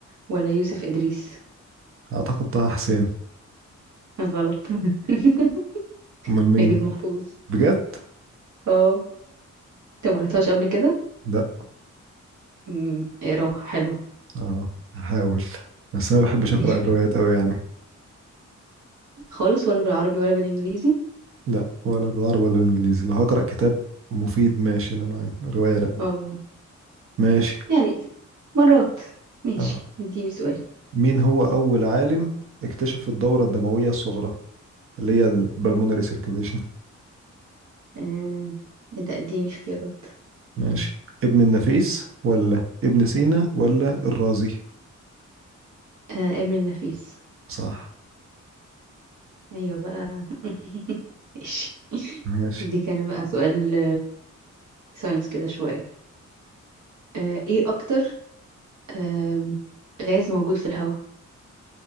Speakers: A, on the right; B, on the right.
A: ولا يوسف ادريس
B: اعتقد طه حسين
A: غلط <laughs>
B: امال مين
A: نجيب محفوظ
B: بجد
A: اه انت ما قريتهاش قبل كده
B: لا
A: امم اقراها حلو
B: اه هحاول بس انا ما بحبش
A: <laughs>
B: اقرا الروايات قوي يعني
A: خالص ولا بالعربي ولا بالانجليزي
B: لا ولا بالعربي ولا بالانجليزي لو هقرا كتاب مفيد ماشي انما رواية لا
A: اه
B: ماشي
A: يعني مرات ماشي
B: آه.
A: اديني سؤال
B: مين هو أول عالم اكتشف الدورة الدموية الصغرى اللي هي البلمونري سيركيليشن
A: آه، ايه ده اديني اختيارات
B: ماشي ابن النفيس ولا ابن سينا ولا الرازي
A: آه، ابن النفيس
B: صح
A: ايوه بقى <laughs> ماشي
B: ماشي
A: دي كان بقى سؤال ساينس كده شوية آه، ايه اكتر آم، غاز موجود في الهواء